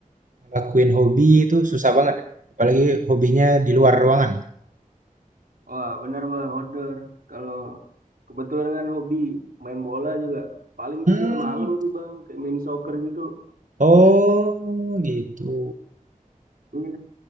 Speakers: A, on the right; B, on the right.
A: ngelakuin hobi itu susah banget. ya? Apalagi hobinya di luar ruangan.
B: Wah bener Bang, outdoor. Kalau kebetulan kan hobi main bola juga. Paling
A: Hmm,
B: juga malam sih Bang, kayak mini soccer gitu.
A: oh gitu.
B: Iya,